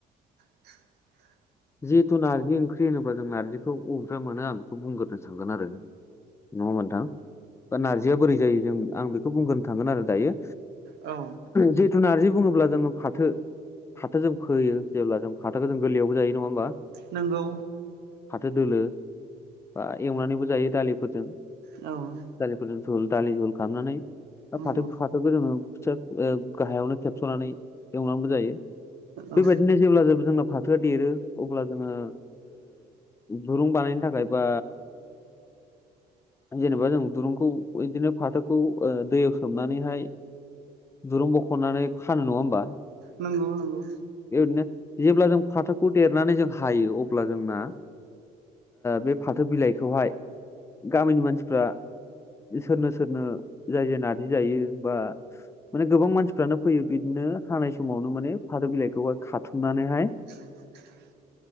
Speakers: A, on the right; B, on the left.
A: <unintelligible>
B: जिहेथु नारजि ओंख्रि होनोब्ला जों नारजिखौ अबेनिफ्राय मोनो आं बेखौ बुंग्रोनो सानगोन आरो नङा होनबा नोंथां बा नारजिया बोरै जायो जों आं बेखौ बुंग्रोनो थांगोन आरो दायो
A: औ
B: जिहथु नारजि बुङोब्ला जोङो फाथो फाथो जों फोयो जेब्ला जों फाथो जों गोरलैयावबो जायो नङा होनबा
A: नंगौ
B: फाथो दोलो बा एवनानैबो जायो दालिफोरजों
A: औ
B: <unintelligible> झुल दालि झुल खालामनानै दा
A: नंगौ
B: फाथो फाथोखौ जोङो खिथया गाहायावनो खेबस'नानै एवनांगौ जायो
A: औ
B: बेबायदिनो जेब्ला जे जोंना थ देरो अब्ला जोंङो दुरुं बानायनो थाखाय बा जेनेबा जों दुरुं बिदिनो फाथोखौ दैयाव सोमनानैहाय दुरुं बख'नानै खानो नंङा होमबा
A: नंगौ नंगौ
B: बेबायदिनो जेब्ला जों फाथोखौ देरनानै जों हायो अब्ला जोंना बे फाथो बिलाइखौहाय गामिनि मानसिफ्रा सोरनो सोरनो जाय जाय नार्जि जायो बा माने गोबां मानसिफ्रानो फैयो बिदिनो हानाय समावनो माने फाथो बिलाइखौहाय खाथुमनानैहाय
A: <inaudible>